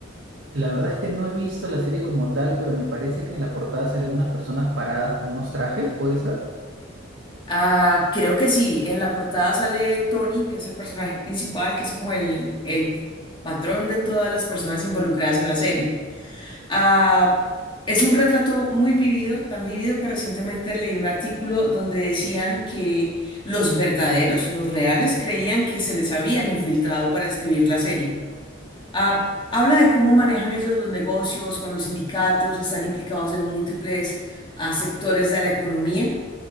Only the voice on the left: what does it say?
Ah, creo que sí. En la portada sale Tony, que es el personaje principal, que es como el, el patrón de todas las personas involucradas en la serie. Ah, es un retrato muy vivido, tan vivido que recientemente leí un artículo donde decían que los verdaderos, los reales, creían que se les habían infiltrado para escribir la serie. Ah, habla de cómo manejan ellos los negocios con los sindicatos, están implicados en múltiples ah, sectores de la economía.